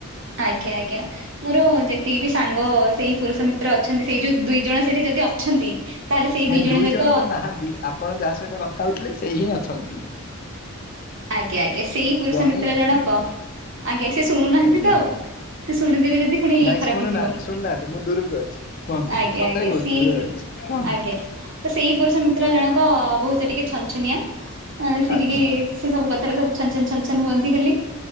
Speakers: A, on the right (about 55°); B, on the left (about 40°).
A: ଆଜ୍ଞା ଆଜ୍ଞା ମୋର ଯେତିକି ବି ସାଙ୍ଗ ସେଇ ପୁରୁଷ ମି ଅଛନ୍ତି ସେଇ ଯୋଉ ଦୁଇ ଜଣ ସେଇଠି ଯଦି ଅଛନ୍ତି। ତାହେଲେ ସେଇ
B: ନାଇଁ
A: ଦି
B: ଦୁଇ
A: ଯାକ
B: ଜଣ ତ ନାହାନ୍ତି ଆପଣ ଯାହା ସହିତ କଥା ହଉଥିଲେ, ସେଇ ହିଁ ଅଛନ୍ତି।
A: ଆଜ୍ଞା ଆଜ୍ଞା ସେଇ ପୁରୁଷ
B: ଜଣେ
A: ମିତ୍ର
B: ହିଁ ଅଛନ୍ତି
A: ଜଣକ ଆଜ୍ଞା, ସେ ଶୁଣୁନାହାନ୍ତି
B: ଆଜ୍ଞା
A: ତ ଆଉ ସେ ଶୁଣିଦେବେ ଯଦି ପୁଣି
B: ନାଇଁ
A: ଖରାପ
B: ଶୁଣୁନାହାନ୍ତି
A: ହେଇଯିବ।
B: ଶୁଣୁନାହାନ୍ତି ମୁଁ ଦୂରକୁ ଅଛି। କୁହନ୍ତୁ
A: ଆଜ୍ଞା
B: ସତରେ
A: ଆଜ୍ଞା
B: କହୁଛି
A: ସି
B: ଦୂରରେ ଅଛି କୁହନ୍ତୁ
A: ଆଜ୍ଞା ତ ସେଇ ପୁରୁଷ ମିତ୍ର ଜଣକ ବହୁତ ଟିକେ ଛନଛନିଆ ସେ
B: ଆଜ୍ଞା
A: ଟିକେ ସେ ସବୁ କଥାରେ ସବୁ ଛନ ଛନ ଛନ ଛନ ହୁଅନ୍ତି ଖାଲି